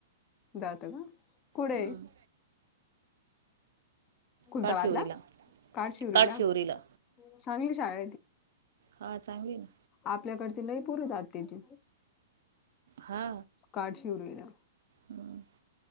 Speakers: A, on the left (about 25°); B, on the right (about 80°).
A: जातो का कुठे?
B: हम्म
A: खुलताबादला
B: काठशिवरीला
A: काडशिवरीला
B: काठशिवरीला
A: चांगली शाळा
B: हा चांगली आहे ना.
A: आपल्याकडचे लय पोरं जात्याती
B: हा.
A: काठशिवरीला.
B: हम्म. <inaudible>